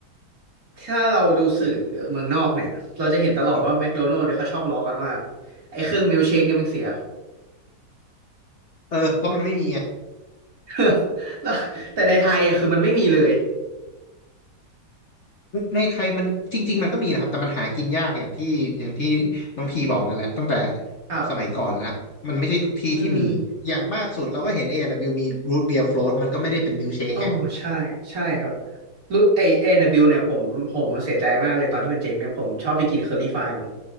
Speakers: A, on the right (about 55°); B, on the left (about 50°).
A: ถ้าเราดูสื่อเมืองนอกเนี่ยเราจะเห็นตลอดว่าแมคโดนัลด์เนี่ยเขาชอบล้อกันว่า
B: ครับ
A: ไอ้เครื่องมิลค์เชคเนี่ยมันเสีย
B: เออเพราะมันไม่มีอะ
A: <laughs> แล้วแต่ในไทยอ่ะคือมันไม่มีเลย
B: ในไทยมันจริงๆมันก็มีนะครับแต่มันหากินยากอย่างที่อย่างที่น้องพีบอกนั่นแหละตั้งแต่
A: ครับ
B: สมัยก่อนละมันไม่ใช่ทุกที่ที่มีอย่างมากสุดเราก็เห็น
A: อืม
B: A&W มีรูทเบียร์โฟล t มันก็ไม่ได้เป็นมิลค์เชคไง
A: โอ้ใช่ใช่ครับรู้ไอเอนนบิลเนี่ยผมผมเสียใจมากเลยตอนที่มันเจ๊งเนี่ยผมชอบไปกินเคอรี่ฟมัน